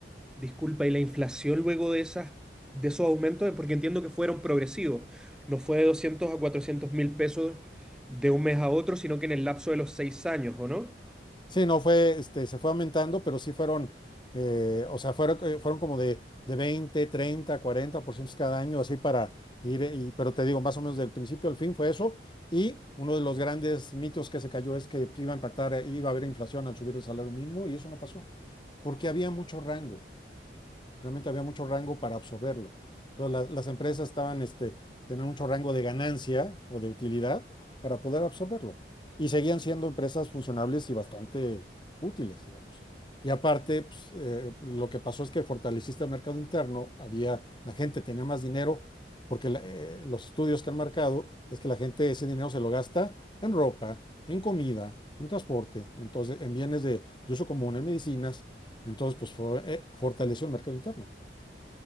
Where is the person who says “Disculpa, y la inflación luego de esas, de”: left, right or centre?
Centre